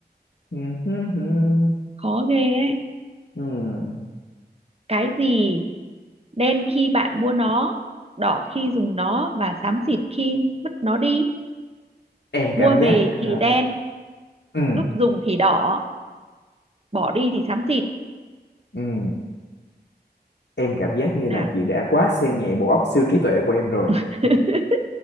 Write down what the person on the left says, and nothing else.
Ừm, hừm, hừm,
ừm.
em cảm
giác
à,
ừm,
ừm. em cảm giác như
là chị đã quá xem nhẹ bộ óc siêu trí tuệ của em rồi